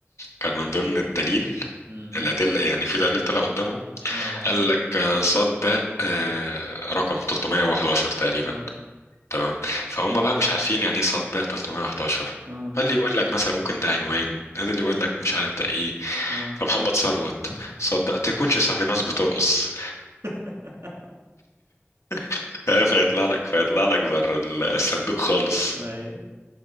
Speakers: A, on the left; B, on the right.
A: كان من ضمن الدليل
B: امم
A: الأدلة يعني في دليل طلع قدامهم
B: اه
A: قال لك آه، صاد باء آه، رقم 311 تقريبا
B: اه
A: تمام فهم
B: اه
A: بقى مش عارفين يعني ايه صاد باء 311
B: اه
A: فاللي يقول لك مثلا ممكن ده عنوان ده اللي يقول لك مش عارف ده ايه
B: اه
A: فمحمد ثروت صاد باء تكونش صافي ناس بترقص
B: <laughs>
A: <laughs> آه، فيطلع لك فيطلع لك بره الصندوق خالص
B: ايوه